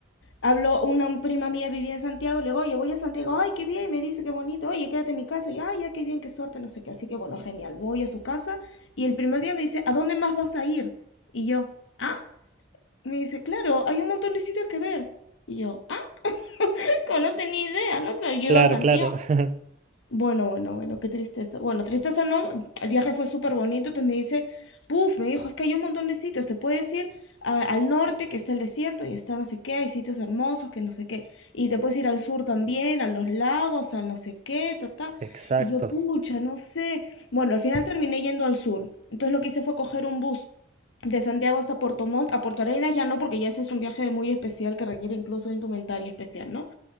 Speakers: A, on the left; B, on the right.
A: Habló una prima mía, vivía en Santiago, le digo, oye, voy a Santiago, ay, qué bien, me dice, qué bonito, oye, quédate en mi casa, yo, ay, ya, qué bien, qué suerte, no sé qué, así que bueno, genial, voy a su casa y el primer día me dice, ¿a dónde más vas a ir? Y yo, ah, me dice, claro, hay un montón de sitios que ver. Y yo, ah, no tenía idea, ¿no? Claro, yo
B: claro,
A: iba a Santiago.
B: claro. <laughs>
A: Bueno, bueno, bueno, qué tristeza. Bueno, tristeza no, el viaje fue súper bonito, entonces me dice, puf, me dijo, es que hay un montón de sitios, te puedes ir a- al norte, que está el desierto, y está no sé qué, hay sitios hermosos, que no sé qué, y te puedes ir al sur también, a los lagos, al no sé qué, ta, ta.
B: Exacto,
A: Y yo, pucha, no sé. Bueno, al final terminé yendo al sur, entonces lo que hice fue coger un bus de Santiago hasta Puerto Montt, a Puerto Arenas ya no, porque ya ese es un viaje muy especial que requiere incluso indumentaria especial, ¿no?